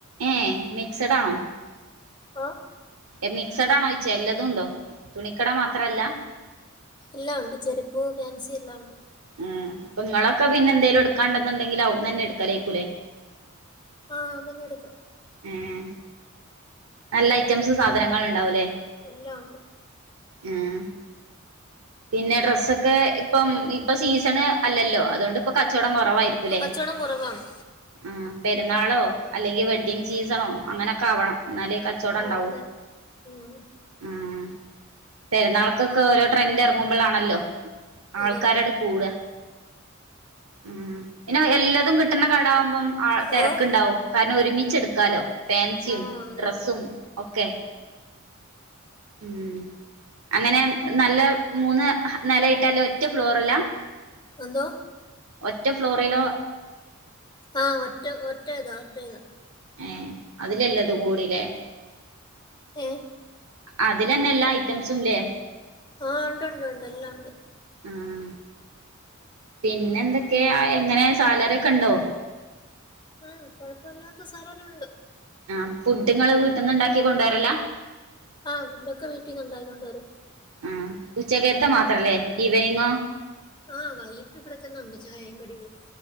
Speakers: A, on the right; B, on the left.
A: ഏഹ്‌ മിക്സഡ് ആണോ
B: ആഹ്
A: മിക്സ്ടാണോയ്ച്ച എല്ലതുംണ്ടോ തുണിക്കട മാത്രല്ല
B: എല്ലാം ഉണ്ട് ചെരുപ്പ് ഫാൻസി എല്ലാം ഉണ്ട്
A: ഉഹ്മ് അപ്പൊ ങ്ങളൊക്കെ പിന്നെ എന്തേലും എടുക്കാണ്ടന്നുണ്ടെങ്കില് അവ്ട്ന്നന്നെ എടുക്കലേക്കൂലേ
B: ആഹ് വന്നെടുക്കാം
A: ഉം നല്ല ഐറ്റംസ് സാധനങ്ങൾ ണ്ടാവൂല്ലേ
B: എല്ലാം ഉണ്ട്
A: ഉം പിന്നെ ഡ്രസ്സൊക്കെ ഇപ്പം ഇപ്പൊ സീസണ് അല്ലല്ലോ അതോണ്ട് പ്പം കച്ചവടം കുറവായിരിക്കൂല്ലേ
B: ഇപ്പൊ കച്ചവടം കുറവാണ്
A: ആഹ് പെരുന്നാളോ അല്ലെങ്കിൽ വെഡിങ് സീസണോ അങ്ങനെയൊക്കെ ആവണം എന്നാലേ കച്ചോടംണ്ടാവൂ
B: ആഹ് അതെ ഉം
A: ഉം പെരുന്നാൾക്കൊക്കെ ഓരോ ട്രെൻഡ് എറങ്ങുമ്പോളാണല്ലോ ആൾക്കാരടു
B: അതെ
A: കൂട ഉം പിന്നെ എല്ലതും കിട്ടുന്ന കട ആമ്പം ആഹ് തെരക്കുണ്ടാവും
B: ഓഹ്
A: കാരണം ഒരുമിച്ചെടുക്കാലോ ഫാൻസിയും
B: ആഹ് അതെ
A: ഡ്രസ്സും
B: അതെ
A: ഒക്കെ ഉം അങ്ങനെ നല്ല മൂന്ന് നെലയിട്ട ല്ല ഒറ്റ ഫ്ലോറിലാ
B: എന്തോ
A: ഒറ്റ ഫ്ലോറിൽ
B: ആഹ് ഒറ്റ ഒറ്റേതാ ഒറ്റേതാ
A: ഏഹ്‌ അതിലല്ലാതും കൂടില്ലേ
B: ഏഹ്
A: അതിലന്നെ എല്ലാ ഐറ്റംസുംല്ലേ
B: ആഹ് ഉണ്ട് ഉണ്ട് ഉണ്ട് എല്ലാം ഉണ്ട്
A: ഉം പിന്നെന്തൊക്കെ എങ്ങനെ സാലറിക്കെ ണ്ടോ
B: ആഹ്‌ കൊഴപ്പല്ലാത്ത സാലറിയുണ്ട്
A: ആഹ് ഫുഡങ്ങള് വീട്ടന്നണ്ടാക്കി കൊണ്ടരലാ
B: ആഹ് ഫുഡൊക്കെ വീട്ടിന്ന് ഉണ്ടാക്കി കൊണ്ടു വരും
A: ആഹ് ഉച്ചകത്തെ മാത്രല്ലേ ഈവനിങ്ങോ
B: ആഹ് വൈകിട്ട് ഇവിടെ തന്നെ ഒണ്ട് ചായേം കടിയും